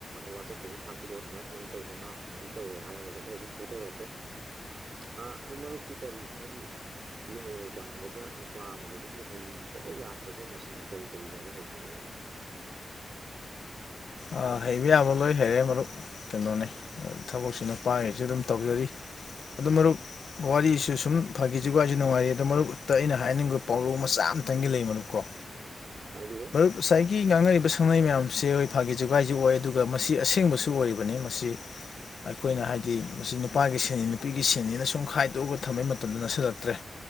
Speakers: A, on the right (about 60°); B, on the left (about 75°).
A: ꯋꯥꯆꯞꯇ ꯑꯗꯨꯝ ꯊꯥꯕꯤꯔꯛꯑꯣ ꯁꯨꯃꯥꯏ ꯁꯨꯃꯥꯏꯅ ꯇꯧꯗꯅ ꯁꯨꯃꯥꯏꯅ ꯇꯧꯔꯦ ꯍꯥꯏꯔꯒ ꯑꯗꯨꯝ ꯑꯩ ꯑꯗꯨꯝ <unintelligible> <unintelligible> ꯑꯥ ꯑꯗꯨ ꯃꯔꯨꯞꯇꯤ ꯀꯔꯤ ꯍꯥꯏꯗꯤ <unintelligible> ꯄꯥꯟꯒꯗ꯭ꯔ ꯅꯨꯄꯥ ꯑꯃ ꯑꯣꯏꯕꯒꯤ ꯍꯩꯇ꯭ꯔꯕ ꯌꯥꯗ꯭ꯔꯕ <unintelligible> ꯀꯔꯤ ꯀꯔꯤ <unintelligible>
B: ꯑ ꯍꯩꯕ ꯌꯥꯕ ꯂꯣꯏ ꯍꯩꯔꯦ ꯃꯔꯨꯞ ꯀꯩꯅꯣꯅꯦ ꯊꯕꯛꯁꯤ ꯅꯨꯄꯥꯏꯖꯨꯗꯨꯝ ꯇꯧꯖꯔꯤ ꯑꯗꯨ ꯃꯔꯨꯞ ꯋꯥꯔꯤꯁꯨ ꯁꯨꯝ ꯐꯥꯒꯤ ꯖꫭꯒꯥꯏꯁꯨ ꯅꯨꯡꯉꯥꯏꯔꯤ ꯑꯗꯨ ꯃꯔꯨꯞꯇ ꯑꯩꯅ ꯍꯥꯏꯅꯤꯡꯕ ꯄꯥꯎꯔꯧ ꯃꯆꯥ ꯑꯝ ꯇꯪꯗꯤ ꯂꯩ ꯃꯔꯨꯞꯀꫭ
A: ꯍꯥꯏꯕꯤꯌꯨ
B: ꯉꯁꯥꯏꯒꯤ ꯉꯥꯡꯅꯔꯤꯕ ꯁꯛꯅꯩ ꯃꯌꯥꯝꯁꯦ <unintelligible> ꯐꯥꯒꯤ ꯖꯨꯒꯥꯏꯖꯨ ꯑꯣꯏ ꯑꯗꯨꯒ ꯃꯁꯤ ꯑꯁꯦꯡꯕꯁꯨ ꯑꯣꯏꯔꯤꯕꯅꯤ ꯃꯁꯤ ꯑꯩꯈꯣꯏꯅ ꯍꯥꯏꯗꯤ ꯃꯁꯤ ꯅꯨꯄꯥꯒꯤ ꯁꯤꯟꯅꯤ ꯅꯨꯄꯤꯒꯤ ꯁꯤꯟꯅꯤꯅ ꯁꯨꯝ ꯈꯥꯏꯗꯣꯛꯑꯒ ꯊꯝꯕꯩ ꯃꯇꯝꯗꫭ ꯅꯛꯁꯜꯂꯛꯇ꯭ꯔꯦ